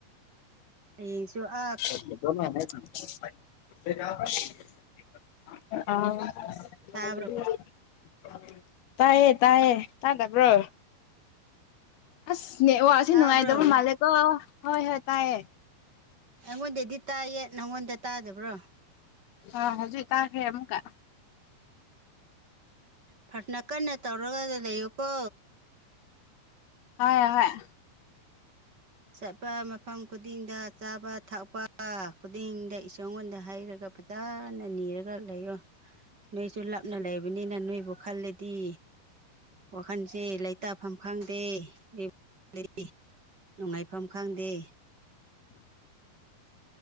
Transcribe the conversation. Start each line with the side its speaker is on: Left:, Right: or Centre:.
Right: ꯍꯌꯦꯡꯁꯨ ꯑ
Left: <unintelligible>
Right: ꯇꯥꯕ꯭ꯔꯣ
Left: ꯇꯌꯦ ꯇꯥꯏꯌꯦ ꯇꯥꯗꯕ꯭ꯔꯣ ꯑꯁꯅꯦ ꯋꯥꯛ ꯑꯁꯤ
Right: ꯇꯥꯕ꯭ꯔꯣ
Left: ꯅꯨꯡꯉꯥꯏꯗꯕ ꯃꯥꯜꯂꯦꯀꯣ ꯍꯣꯏ ꯍꯣꯏ ꯇꯥꯏꯌꯦ
Right: ꯑꯩꯉꯣꯟꯗꯩꯗꯤ ꯇꯥꯏꯌꯦ ꯅꯪꯉꯣꯟꯗ ꯇꯥꯗꯕ꯭ꯔꯣ
Left: ꯑ ꯍꯧꯖꯤꯛ ꯇꯥꯈ꯭ꯔꯦ ꯑꯃꯨꯛꯀ
Right: ꯐ꯭ꯔꯥꯊꯅ ꯀꯟꯅ ꯇꯧꯔꯒ ꯂꯩꯌꯨꯀꯣ
Left: ꯍꫭꯏ ꯍꫭꯏ
Right: ꯆꯠꯄ ꯃꯐꯝ ꯈꯨꯗꯤꯡꯗ ꯆꯥꯕ ꯊꯛꯄ ꯈꯨꯗꯤꯡꯗ ꯏꯁꫭꫪꯉꯣꯟꯗ ꯍꯩꯔꯒ ꯐꯖꯅ ꯅꯤꯔꯒ ꯈꯔ ꯂꯩꯌꯣ ꯅꯣꯏꯁꯨ ꯂꯥꯞꯅ ꯂꯩꯕꯅꯤꯅ ꯅꯣꯏꯕꯨ ꯈꯜꯂꯗꯤ ꯋꯥꯈꯟꯁꯦ ꯂꯩꯇꯥꯐꯝ ꯈꯪꯗꯦ <unintelligible> ꯅꯨꯡꯉꯥꯏꯐꯝ ꯈꯪꯗꯦ
Left: <inaudible>